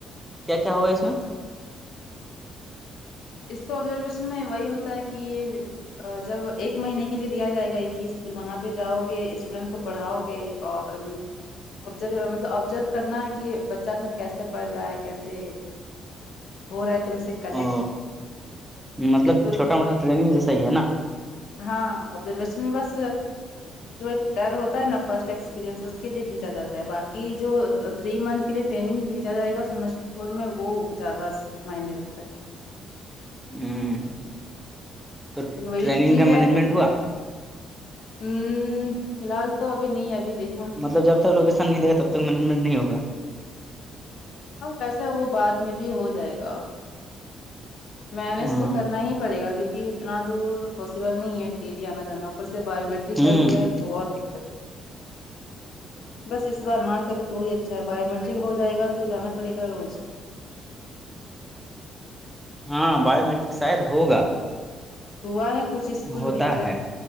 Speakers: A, in the centre; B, on the left.
A: کیا کیا ہوگا اس میں
B: اس کو آبزرویشن میں وہی ہوتا ہے کہ جب ایک مہینے کے لیے دیا جائے گا ایک ہی اسکول وہاں پہ جاؤ گے اسٹوڈینٹ کو پڑھاؤ گے اور آبزرو مطلب آبزرو کرنا ہے کہ بچہ سب کیسے پڑھ رہا ہے کیسے ہو رہا ہے تم سے کنیکٹ
A: او مطلب
B: اسکول
A: چھوٹا موٹا ٹریننگ جیسا ہی ہے نا
B: ہاں ابزرویشن میں بس جو ایک ڈر ہوتا ہے نا فرسٹ ایکسپیرئنس اس کے لیے بھیجا جاتا ہے باقی جو تھری منتھ کے لیے ٹریننگ بھیجا جائے گا سیمسٹر فور میں وہ زیادہ معنی رکھتا ہے
A: ہوں تو
B: لیکن وہی
A: ٹریننگ
B: چیز
A: کا
B: ہے
A: مینجمنٹ ہوا
B: ہ فی الحال تو ابھی نہیں ابھی دیکھ
A: مطلب جب تک لوکشن نہیں دےا تب تک مینجمنٹ نہیں ہوگ
B: ا ویسا وہ بعد میں بھی ہو جائے گا مینج
A: ہاں
B: تو کرنا ہی پڑے گا کیوںکہ اتنا دور پاسبل نہیں ہے ڈیلی آنا جانا ر سے بایو میٹرک
A: ہوں
B: کر دیا ہے تو اور دقت بس اس بار نہ کرے تو ہی اچھا ہے بایومیٹرک ہو جائے گا تو جانا پڑے گا روز
A: ہاں باو مٹرک شاید ہوگا
B: ہوا ہے کچھ اسکول
A: ہوتا
B: میں بٹ
A: ہے